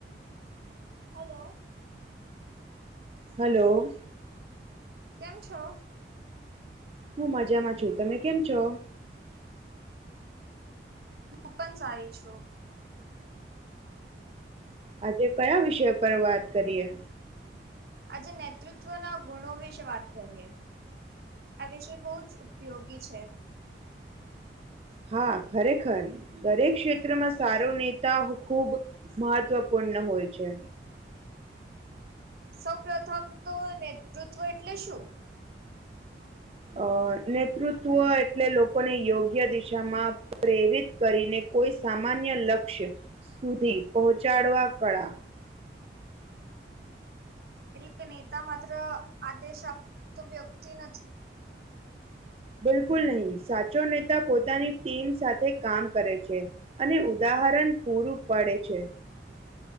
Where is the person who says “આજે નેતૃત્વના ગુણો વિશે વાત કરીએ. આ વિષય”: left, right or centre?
Right